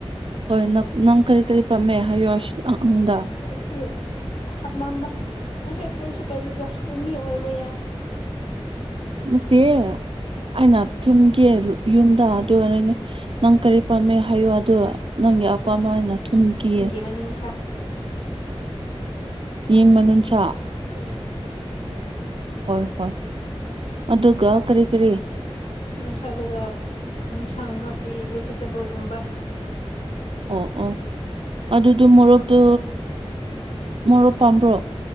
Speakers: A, on the right (about 60°); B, on the left (about 85°).
A: ꯍꯣꯏ ꯅꯪ ꯀꯔꯤ ꯀꯔꯤ ꯄꯥꯝꯃꯦ ꯍꯥꯏꯌꯣ ꯁꯤꯗ ꯑꯩꯉꫭꯟꯗ
B: ꯑꯩꯗꯤ ꯍꯝꯃꯝꯕ ꯑꯁꯨ ꯀꯩꯁꯨ ꯀꯥꯏꯗꯦꯗ ꯑꯦꯅꯤ ꯑꯣꯏꯕ ꯌꯥꯏ
A: ꯅꯠꯇꯤꯌꯦ ꯑꯩꯅ ꯊꯣꯡꯒꯦ ꯌꯨꯝꯗ ꯑꯗꯨ ꯅꯪ ꯀꯔꯤ ꯄꯥꯝꯃꯦ ꯍꯥꯏꯌꯣ ꯑꯗꯣ ꯅꯪꯒꯤ ꯑꯄꯥꯝꯕ ꯍꯥꯏꯅ ꯊꯣꯡꯀꯦ
B: ꯃꯅꯨꯡ ꯁꯥ
A: ꯌꯦꯟ ꯃꯅꯨꯡ ꯁꯥ
B: ꯑꯣꯏ
A: ꯍꯣꯏ ꯍꯣꯏ ꯑꯗꯨꯒ ꯀꯔꯤ ꯀꯔꯤ
B: ꯃꯅꯨꯡ ꯁꯥꯗꯨꯒ ꯏꯟꯁꯥꯡ ꯅꯥꯄꯤ ꯚꯦꯖꯤ ꯇꯦꯕꯜꯒꯨꯝꯕ
A: ꯑꯣ ꯑꯣ ꯑꯗꯨꯗꯣ ꯃꯣꯔꯣꯛꯇꯣ ꯃꯣꯔꯣꯛ ꯄꯥꯝꯕ꯭ꯔꯣ